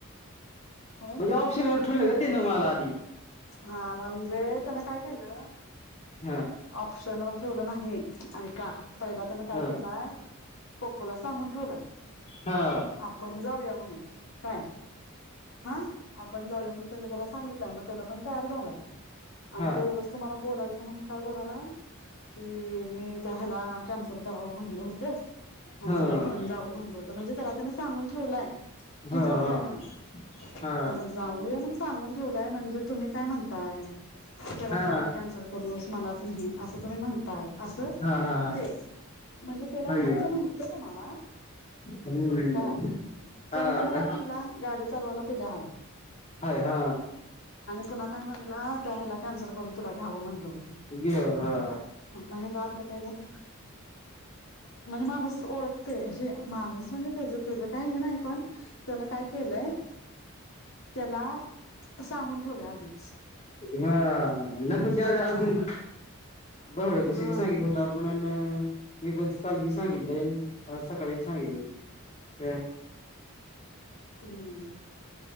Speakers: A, on the left; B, on the left.
A: होय
B: म्हणजे ऑपशन ठुलंय होय तिन तुम्हाला आदी
A: हा म्हणजे त्यान काय केलं
B: हा
A: ऑप्शन वर ठेवलं नाही! ऐका पहिला त्यान काय
B: हा
A: केलाय पप्पूला सांगून ठेवलाय
B: हा
A: आपण जाऊया म्हणून काय हा आपण जाऊया म्हणून त्यांन त्याला सांगितलं! लय त्यांन पण तयार झाला आणि
B: हा
A: उगाच
B: हा
A: तुमला बोलाय च म्हणून काय बोलाला की मी त्या ह्याला कॅन्सल करावं म्हणल होतं! आणि
B: हा
A: तुला घेऊन जाऊ म्हणलो तर म्हणजे त्याला त्यान सांगून ठेवलाय की
B: हा
A: जाऊया म्हणून,
B: हा
A: आता जाऊया म्हण सांगून ठेवय म्हणजे तुम्ही काय म्हणताय? त्यालाच
B: हा
A: नको कॅन्सल करूस मलाच नाही असं तुम्ही म्हणताय अस
B: हा हा हा हा
A: ते म्हणजे, त्याला
B: होय
A: न्यायचं न्हत तुम्हाला
B: हम्म
A: काय कारण
B: हा
A: त्या काय म्हण गाडी चालवायला तला ह
B: हाय हा
A: पुन्हा काय म्हणला त्या ह्याला कॅन्सल करून तुला घ्याव म्हणलं होत
B: घे हा
A: म हेजा अर्थ काय झाला मानु <inaudible> ते माणूस म्हणजे त्याच त्याच काय हे नाही पण त्यान काय केलंय त्याला सांगून ठेवले आधीच
B: हा म्हन अजून
A: जायचं आहे
B: भावड्या पशी
A: हा
B: बी सांगितल होत आपूण म्हणून मी पण काल बी सांगितले आज सकाळी सांगितलय
A: हम्